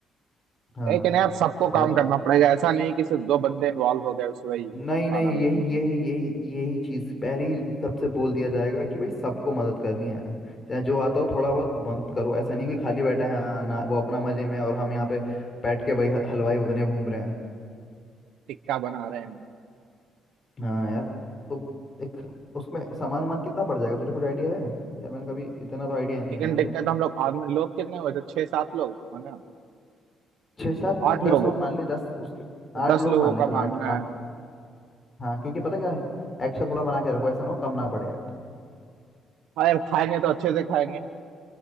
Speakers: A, on the left; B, on the right.
A: हाँ
B: लेकिन यार सबको
A: और
B: काम
A: ना
B: करना पड़ेगा ऐसा नहीं कि सिर्फ दो बंदे इन्वॉल्व हो गए उस वही खाना
A: नहीं नहीं
B: बनाने
A: यही
B: में
A: यही यही यही चीज पहले ही सबसे बोल दिया जाएगा कि भाई सबको मदद करनी है चाहे जो आता हो थोड़ा बहुत मदद करो ऐसा नहीं कि खाली बैठा है हाँ, ना वो अपना मजे में और हम यहाँ पे बैठ के भाई ह- हलवाई बने घूम रहे हैं
B: टिक्का बना रहे हैं
A: हाँ यार तो एक उसमें सामान वामान कितना पड़ जाएगा तुझे कुछ आइडिया है यार मैंने कभी इतना तो आइडिया
B: चिकन
A: नहीं है मुझे
B: टिक्का तो हम लोग आदमी लोग कितने हुए थे छह सात लोग है ना
A: छः सात नहीं
B: आठ
A: दस
B: लोग
A: लोग मान ले दस उसके
B: तो
A: आठ
B: दस
A: लोग
B: लोगों
A: मान ले
B: का
A: चल
B: मानना
A: आठ आठ
B: है
A: हाँ क्योंकि पता क्या है एक्स्ट्रा थोड़ा बना के रखो ऐसा ना हो कम ना पड़े यार
B: हाँ यार खाएंगे तो अच्छे से खाएंगे